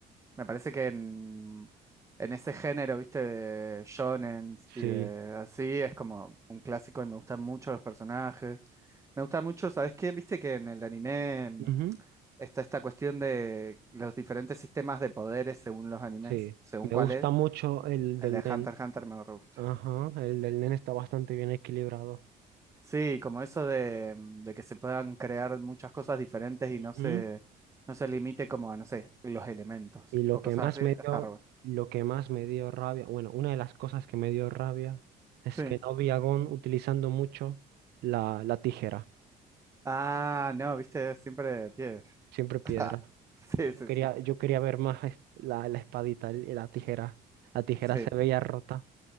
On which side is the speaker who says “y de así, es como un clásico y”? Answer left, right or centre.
Right